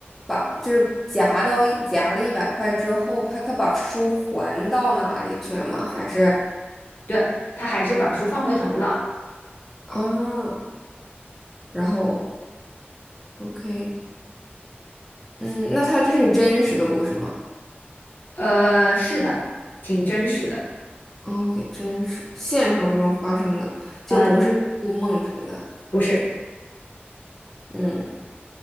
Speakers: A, in the centre; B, on the left (about 55°).
A: 把就是夹到一夹了一百块之后，怕他把书还到哪里去了吗？还是
B: 对，他还是把书放回头了。
A: 啊，然后 OK。嗯，那它这是真实的故事吗
B: 呃，是的，挺真实的。
A: 哦？OK，真实，现实生活中发生的，就不是做梦什么的。
B: 呃，不是，
A: 嗯，